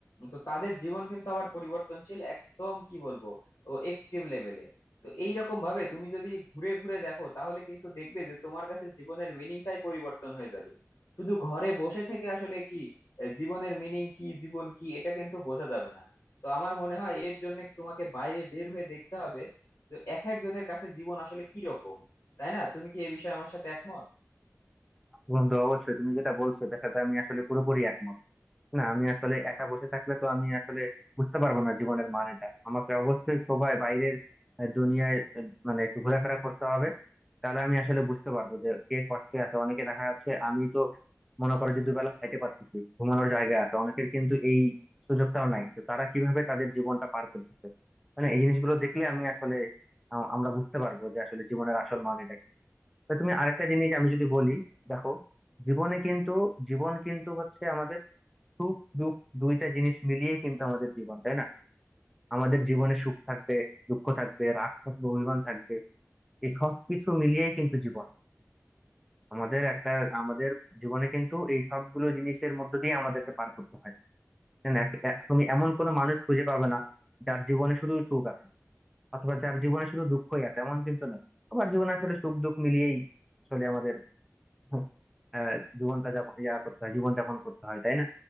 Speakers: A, on the left; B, in the centre.
A: তো তাদের জীবন কিন্তু আবার পরিবর্তনশীল একদম কি বলবো ও এক্সট্রিম লেভেলে তো এইরকম ভাবে তুমি যদি ঘুরে ঘুরে দেখো তাহলে কিন্তু দেখবে যে তোমার কাছে জীবনের মিনিংটাই পরিবর্তন হয়ে যাবে শুধু ঘরে বসে থেকে আসলে কি এ, জীবনের মিনিং কি জীবন কি এটা কিন্তু বোঝা যাবে না তো আমার মনে হয় এর জন্য তোমাকে বাইরে বের হয়ে দেখতে হবে যে এক একজনের কাছে জীবন আসলে কি রকম তাই না তুমি কি এই বিষয়ে আমার সাথে একমত
B: বন্ধু অবশ্যই তুমি যেটা বলছো এটার সাথে আমি আসলে পুরোপুরি একমত না আমি আসলে একা বসে থাকলে তো আমি আসলে বুঝতে পারবো না জীবনের মানেটা আমাকে অবশ্যই সবাই বাইরের আহ, দুনিয়ায় আহ, মানে একটু ঘোরাফেরা করতে হবে তাহলে আমি আসলে বুঝতে পারবো যে কে কষ্টে আছে অনেকে দেখা যাচ্ছে আমি তো মনে করো যে দুবেলা খাইতে পারতেছি ঘুমানোর জায়গা আছে অনেকের কিন্তু এই সুযোগটাও নাই যে তারা কিভাবে তাদের জীবনটা পার করতেছে মানে এই জিনিসগুলো দেখলে আমি আসলে আহ, আমরা বুঝতে পারবো যে আসলে জীবনের আসল মানেটা কি তা তুমি আরেকটা জিনিস আমি যদি বলি দেখো জীবনে কিন্তু জীবন কিন্তু হচ্ছে আমাদের সুখ দুঃখ দুইটা জিনিস মিলিয়ে কিন্তু আমাদের জীবন তাই না আমাদের জীবনে সুখ থাকবে দুঃখ থাকবে রাগ থাকবে অভিমান থাকবে এই সব কিছু মিলিয়েই কিন্তু জীবন আমাদের একটা আমাদের জীবনে কিন্তু এই সবগুলো জিনিসের মধ্য দিয়ে আমাদেরকে পার করতে হয় তাই না? এক- এক- তুমি এমন কোনো মানুষ খুঁজে পাবে না যার জীবনে শুধু সুখ আছে অথবা যার জীবনে শুধু দুঃখই আছে এমন কিন্তু নয় সবার জীবনে আসলে সুখ দুঃখ মিলিয়েই চলে আমাদের <laughs> আহ, জীবনটা যাপন ইয়া করতে হয় জীবন যাপন করতে হয় তাই না